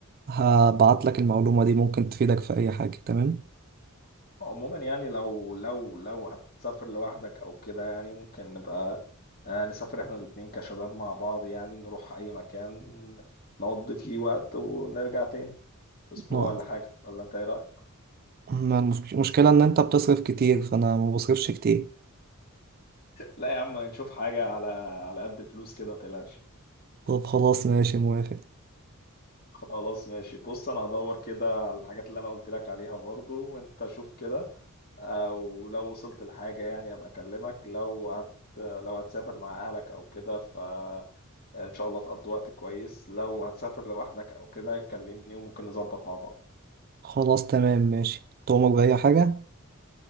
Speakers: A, on the right; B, on the left.
A: هبعت لك المعلومة دي ممكن تفيدك في أي حاجة تمام
B: عموما يعني لو لو لو هتسافر لوحدك او كده يعني ممكن نبقى آه، نسافر احنا الاتنين كشباب مع بعض يعني نروح اي مكان نقضي فيه وقت ونرجع تاني اسبوع
A: ما
B: ولا حاجه ولا انت ايه رايك
A: ما المشك- المشكلة إن أنت بتصرف كتير فأنا ما بصرفش كتير
B: لا يا عم نشوف حاجه على على قد الفلوس كده ما تقلقش
A: طب خلاص ماشي موافق
B: خلاص ماشي بص انا هدور كده على الحاجات اللي انا قلت لك عليها برضو وانت شوف كده او لو وصلت لحاجة يعني ابقى اكلمك لو هت لو هتسافر مع اهلك او كده فان شاء الله تقضي وقت كويس لو هتسافر لوحدك او كده كلمني وممكن نظبط مع بعض
A: خلاص تمام ماشي تؤمر بأي حاجة